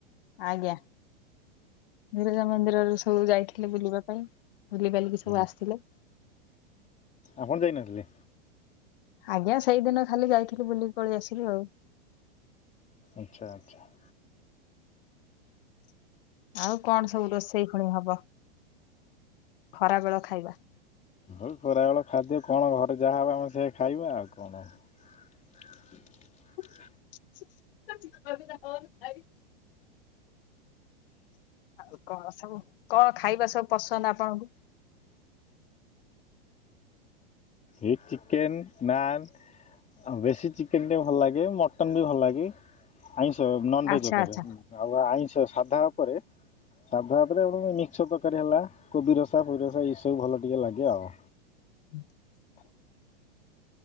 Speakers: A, on the left; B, on the left.
A: ଆଜ୍ଞା ବିରଜା ମନ୍ଦିରରୁ ସବୁ ଯାଇଥିଲେ ବୁଲିବା ପାଇଁ। ବୁଲି ବାଲିକି ସବୁ
B: ହୁଁ
A: ଆସିଥିଲେ।
B: ଆପଣ ଯାଇନଥିଲେ।
A: ଆଜ୍ଞା ସେଇଦିନ ଖାଲି ଯାଇଥିଲୁ ବୁଲିିକି ପଳେଇ ଆସିଲୁ ଆଉ।
B: ଆଚ୍ଛା ଆଚ୍ଛା।
A: ଆଉ କଣ ସବୁ ରୋଷେଇ ପୁଣି ହବ। ଖରା ବେଳ ଖାଇବା।
B: ହଉ ଖରାବେଳ ଖାଦ୍ୟ କଣ ଭାତ ଯାହା ହବ ଆମେ ସେୟା ଖାଇବା ଆଉ କଣ ହବ। <inaudible>
A: <unintelligible> ଆଉ କଣ ସବୁ କଣ ଖାଇବା ସବୁ ପଶୁ ମାନେ ଆପଣଙ୍କୁ।
B: ଏ ଚିକେନ ନାନ୍ ବେଶୀ ଚିକେନ ଟେ ଭଲ ଲାଗେ ମଟନ୍ ବି ଭଲ ଲାଗେ। ଆଇଁଷ ନନଭେଜ
A: ଆଚ୍ଛା
B: ଉପରେ
A: ଆଚ୍ଛା
B: ଆଉ ଆଇଁଷ ସାଧା ଉପରେ ସାଧା ଉପରେ ମିକ୍ସ ତରକାରୀ ହେଲା କୋବି ରସା ଫୁଇ ରସା ଏଇ ସବୁ ଭଲ ଟିକେ ଲାଗେ ଆଉ।
A: ହୁଁ।